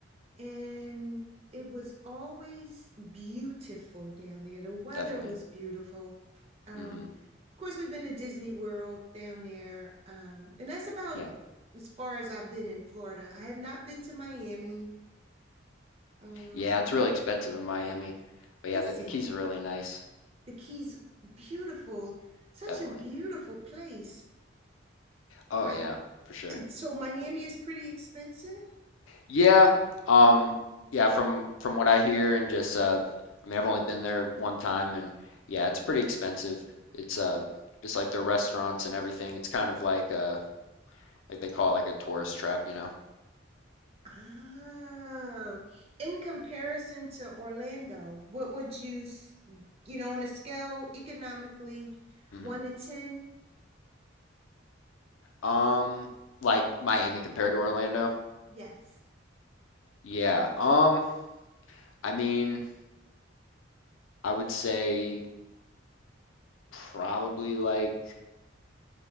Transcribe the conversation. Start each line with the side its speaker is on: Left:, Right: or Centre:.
Right: and it was always beautiful down there. The weather
Left: definitely.
Right: was beautiful. Um,
Left: hmm
Right: of course, we've been to Disney World down there, um, and that's about
Left: Yeah,
Right: as far as I've been in Florida. I have not been to Miami. Um,
Left: yeah, it's really expensive in Miami, but
Right: is
Left: yeah, the, the
Right: it
Left: Keys are really nice,
Right: the Keys? Beautiful, such
Left: definitely.
Right: a beautiful place.
Left: Oh
Right: I
Left: yeah, for sure.
Right: so Miami is pretty expensive.
Left: Yeah, um, yeah, from from what I hear and just uh, I mean, I've only been there one time, and yeah, it's pretty expensive. It's uh, just like the restaurants and everything. It's kind of like uh, like they call it like a tourist trap, you know.
Right: Ah, in comparison to Orlando, what would you, s- you know, on a scale economically,
Left: Mhm.
Right: one to ten?
Left: Um, like Miami compared to Orlando?
Right: Yes,
Left: Yeah. Um, I mean, I would say probably like